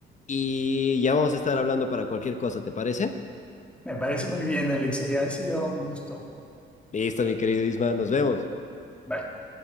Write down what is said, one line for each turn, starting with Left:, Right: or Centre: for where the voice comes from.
Left: y ya vamos a estar hablando para cualquier cosa, ¿te parece?
Centre: Me parece muy bien, Alexei. Ha sido un gusto.
Left: Listo, mi querido Isma, nos vemos.
Centre: Bye.